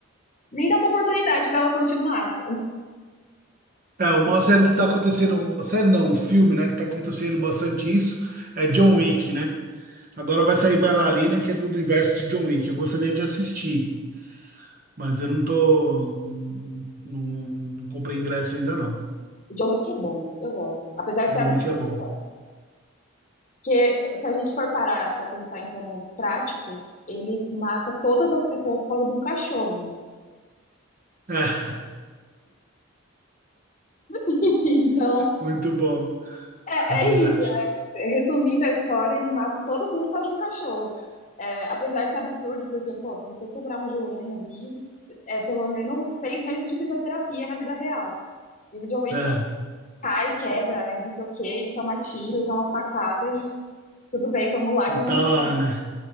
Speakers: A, on the left; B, on the right.
A: nem dar uma oportunidade pra ela continuar, sabe?
B: É, uma série que tá acontecendo. Uma série não, um filme, né? Que tá acontecendo bastante isso. É John Wick, né? Agora vai sair Bailarina, que é do do universo de John Wick. Eu gostaria de assistir, mas eu não tô. Não, não comprei ingresso ainda, não.
A: O John Wick é bom, eu gosto. Apesar de
B: John
A: ser absurdo,
B: Wick é bom.
A: eu gosto. Porque se a gente for parar para pensar em termos práticos, ele mata todas as pessoas por causa de um cachorro.
B: É.
A: <laughs> Então,
B: Muito bom,
A: é,
B: é verdade.
A: é isso, né? Resumindo a história, ele mata todo mundo por causa de um cachorro. É, apesar de ser absurdo, porque, pô, se você quebrar um joelho ali, é pelo menos seis meses de fisioterapia na vida real. E o John Wick
B: É,
A: cai, quebra, e não sei o quê, e toma tiro, e toma facada, e tudo bem, vamos lá
B: e
A: e vamos
B: tá
A: lutar.
B: lá, né?